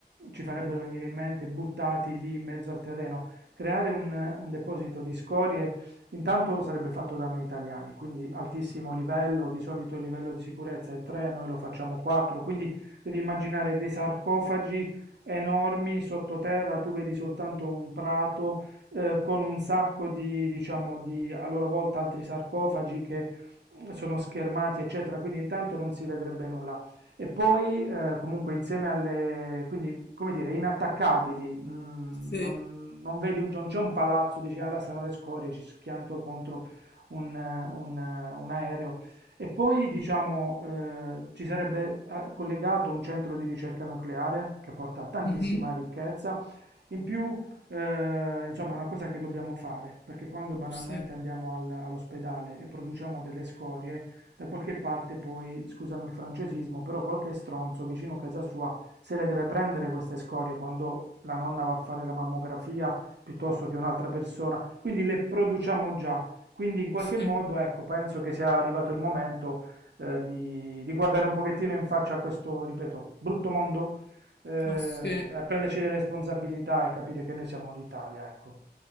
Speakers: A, on the right (about 85°); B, on the left (about 85°).
A: ci farebbero venire in mente, buttati lì in mezzo al terreno. Creare un un deposito di scorie Intanto sarebbe fatto da noi italiani, quindi altissimo livello, di solito il livello di sicurezza è 3, noi lo facciamo 4, quindi devi immaginare dei sarcofagi enormi sottoterra, tu vedi soltanto un prato eh, con un sacco di, diciamo, di a loro volta altri sarcofagi che mm, sono schermati, eccetera, quindi intanto non si vedrebbe nulla. E poi eh, comunque insieme alle, quindi come dire, inattaccabili, mm,
B: Sì,
A: non, non vedi, un- non c'è un palazzo, dici, alla stanno le scorie, ci schianto contro un, eh, un, eh, un aereo. E poi diciamo eh, ci sarebbe eh, collegato un centro di ricerca nucleare che porta tantissima
B: mhm,
A: ricchezza. In più, eh, insomma, è una cosa che dobbiamo fare, perché quando banalmente
B: sì,
A: andiamo al- all'ospedale e produciamo delle scorie, da qualche parte poi, scusami il francesismo, però qualche stronzo vicino a casa sua se le deve prendere queste scorie quando la nonna va a fare la mammografia piuttosto che un'altra persona, quindi le produciamo già. Quindi in qualche
B: sì,
A: modo, ecco, penso che sia arrivato il momento eh, di, di guardare un pochettino in faccia a questo, ripeto, brutto mondo, eh,
B: ah, sì.
A: e prenderci delle responsabilità e capire che noi siamo l'Italia, ecco.